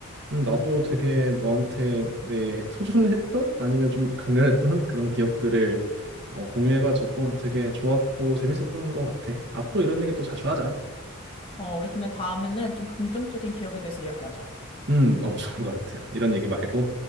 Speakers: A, on the right; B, on the left.
A: 음, 나도 되게 너한테 내 소중했던 아니면 좀 강렬했던 <laughs> 그런 기억들을 어, 공유해가지고 되게 좋았고 재밌었던 것 같아. 앞으로 이런 얘기 또 자주 하자.
B: 어, 우리 근데 다음에는 좀 긍정적인 기억에 대해서 이야기하자.
A: 음, 너무 좋은 것 같아. 이런 얘기 말고.